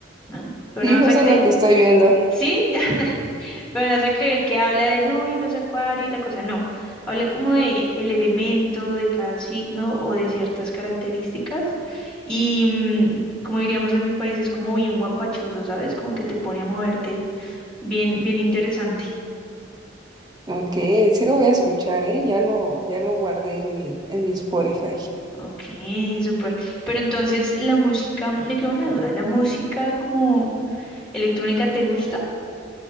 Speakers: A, in the centre; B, on the right.
A: ¿no? Pero
B: Sí,
A: no vas
B: justo
A: a creer.
B: es lo que estoy viendo.
A: Sí, <laughs> pero me hace creer que habla de no y los acuarios y la cosa. No, habla como de el elemento de cada signo o de ciertas características. Y mm, como diríamos en mi país, es como bien guapachoso, ¿sabes? Como que te pone a moverte bien, bien interesante.
B: Ok, sí lo voy a escuchar, ¿eh? Ya lo, ya lo guardé en mi, en mi Spotify.
A: Ok, súper. Pero entonces la música, me queda una duda, ¿la música como electrónica te gusta?